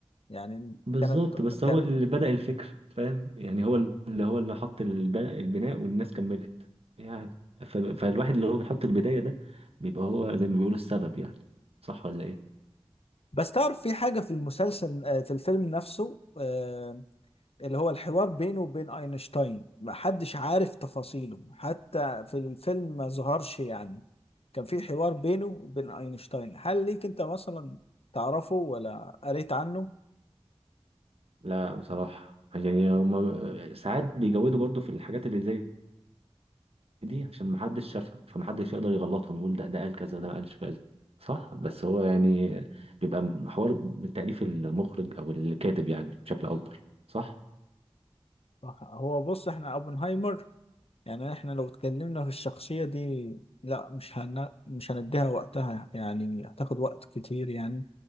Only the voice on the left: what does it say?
يعني
كانت
كان
بس تعرف في حاجة في المسلسل آه، في الفيلم نفسه آه، اللي هو الحوار بينه وبين أينشتاين ما حدش عارف تفاصيله حتى في الفيلم ما ظهرش يعني كان في حوار بينه وبين أينشتاين هل ليك أنت مثلا تعرفه ولا قريت عنه
هو بص احنا اوبنهايمر يعني احنا لو اتكلمنا في الشخصية دي لا مش هن... مش هنديها وقتها يعني هتاخد وقت كتير يعني